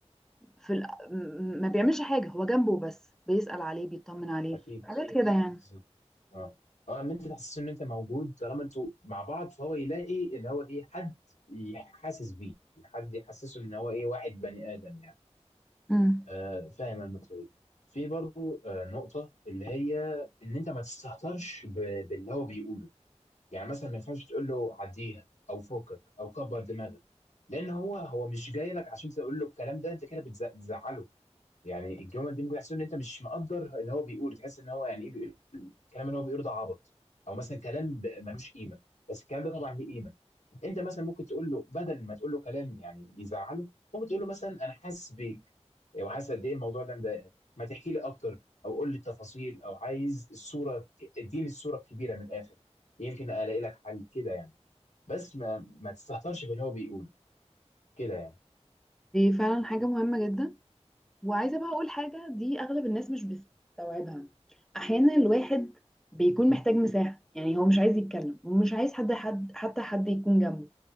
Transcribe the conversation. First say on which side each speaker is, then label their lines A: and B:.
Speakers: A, in the centre; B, on the left.
A: في ال... م- ما بيعملش حاجه هو جنبه بس بيسأل عليه بيطمن عليه
B: اكيد
A: حاجات كده يعني
B: بالظبط اه اه ان انت تحسسه ان انت موجود طالما انتوا مع بعض فهو يلاقي اللي هو ايه حد يحاسس بيه حد يحسسه ان هو ايه واحد بني ادم يعني
A: امم
B: آه فاهم النقطه دي في برضو آه نقطه اللي هي ان انت ما تستهترش ب- باللي هو بيقوله يعني مثلا ما ينفعش تقول له عديها او فوقك او كبر دماغك لان هو هو مش جاي لك عشان تقول له الكلام ده انت كده بتز- بتزعله يعني الجمل دي ممكن يحسسه ان انت مش مقدر اللي هو بيقوله تحس ان هو يعني ايه بيقول الكلام اللي هو بيقول ده عبط او مثلا كلام ب- ملوش قيمه بس الكلام ده طبعا ليه قيمه انت مثلا ممكن تقول له بدل ما تقول له كلام يعني يزعله ممكن تقول له مثلا انا حاسس بيك وحاسس قد ايه الموضوع ده مضايقك ما تحكي لي اكتر او قول لي التفاصيل او عايز الصوره اديني الصوره الكبيره من الاخر يمكن الاقي لك حل كده يعني بس ما ما تستهترش باللي هو بيقوله كده يعني
A: دي فعلا حاجه مهمه جدا وعايزة بقى أقول حاجة دي أغلب الناس مش بتستوعبها أحيانا الواحد بيكون محتاج مساحة يعني هو مش عايز يتكلم ومش عايز حد حد حتى حد يكون جنبه